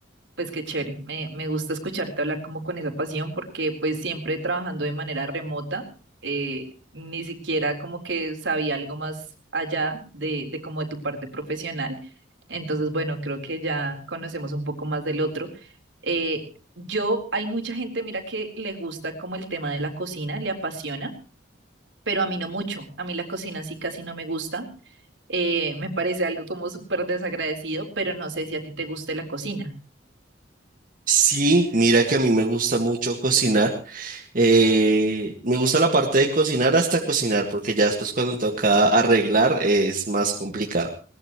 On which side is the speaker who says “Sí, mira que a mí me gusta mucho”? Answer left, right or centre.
Right